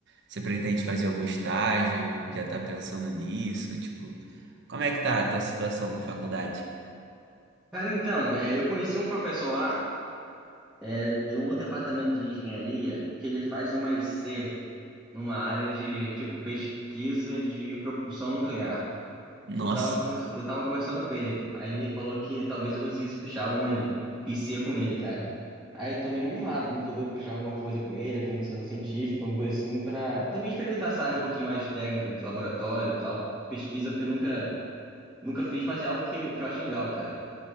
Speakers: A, on the right (about 55°); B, in the centre.
A: Você pretende fazer algum estágio? Já tá pensando nisso? Tipo, como é que tá a tua situação na faculdade?
B: Cara, então, é, eu conheci um professor lá, é, de um outro departamento de engenharia, que ele faz uma IC numa área de, tipo, pesquisa de propulsão nuclear.
A: Nossa.
B: Eu tava, convers- eu tava conversando com ele. Aí ele falou que talvez eu conseguisse puxar alguma IC com ele, cara. Aí eu tô meio animado pra no futuro puxar alguma coisa com ele, alguma iniciação científica, alguma coisa assim, pra também experimentar essa área um pouquinho mais técnica, de laboratório e tal. Pesquisa, porque eu nunca, nunca fiz, mas é algo que, que eu acho legal, cara.